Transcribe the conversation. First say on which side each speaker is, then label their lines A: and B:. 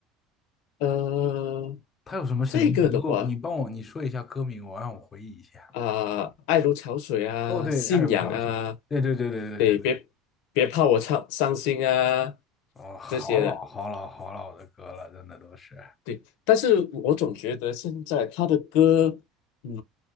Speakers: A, on the left; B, on the left.
A: 呃，
B: 他有什么成名曲？
A: 这个的话。
B: 你给我，你帮我，你说一下歌名，我让我回忆一下。
A: 啊、爱如潮水啊，
B: 哦，对，
A: 信仰啊，
B: 《爱如潮水》。对对对对对对对。
A: 对，别别怕我伤伤心啊，
B: 哦，好老好老好老的歌了，
A: 这些的，
B: 真的都是。
A: 对。但是我总觉得现在他的歌，嗯，